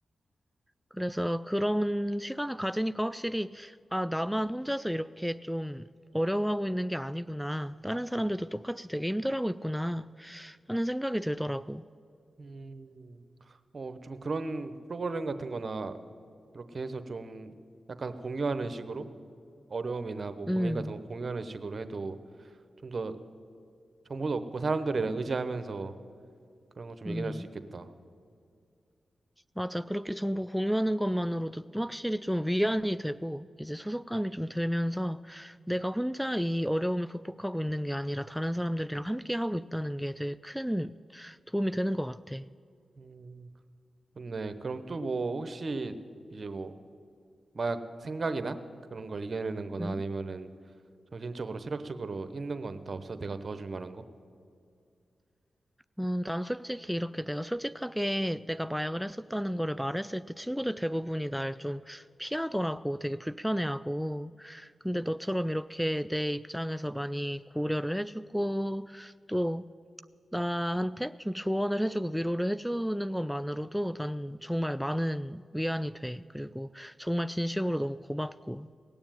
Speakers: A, in the centre; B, on the right (about 55°).
A: 그래서 그런 시간을 가지니까 확실히, 아, 나만 혼자서 이렇게 좀 어려워하고 있는 게 아니구나. 다른 사람들도 똑같이 되게 힘들어하고 있구나. 하는 생각이 들더라고.
B: 음, 어, 좀 그런 프로그램 같은 거나 이렇게 해서 좀 약간 공유하는 식으로 어려움이나 뭐
A: 음,
B: 고민 같은 거 공유하는 식으로 해도 좀 더 정보도 얻고 사람들이랑 의지하면서 그런 거 좀
A: 음.
B: 얘기할 수 있겠다.
A: 맞아. 그렇게 정보 공유하는 것만으로도 또 확실히 좀 위안이 되고, 이제 소속감이 좀 들면서 내가 혼자 이 어려움을 극복하고 있는 게 아니라 다른 사람들이랑 함께 하고 있다는 게 되게 큰 도움이 되는 것 같아.
B: 음, 좋네. 그럼 또 뭐 혹시 이제 뭐 마약 생각이나 그런 걸 이겨내는 거나
A: 응,
B: 아니면은 정신적으로 체력적으로 힘든 건 다 없어? 내가 도와줄 만한 거?
A: 음, 어, 난 솔직히 이렇게 내가 솔직하게 내가 마약을 했었다는 거를 말했을 때 친구들 대부분이 날 좀 피하더라고. 되게 불편해하고. 근데 너처럼 이렇게 내 입장에서 많이 고려를 해주고, 또 나한테 좀 조언을 해주고 위로를 해주는 것만으로도 난 정말 많은 위안이 돼. 그리고 정말 진심으로 너무 고맙고.